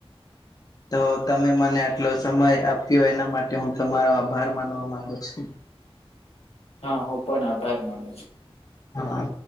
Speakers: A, on the left; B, on the left.
A: તો તમે મને આટલો સમય આપ્યો એના માટે હું તમારો આભાર માનવા માંગુ છું.
B: હા, હું પણ આભાર માનું છું.
A: હા.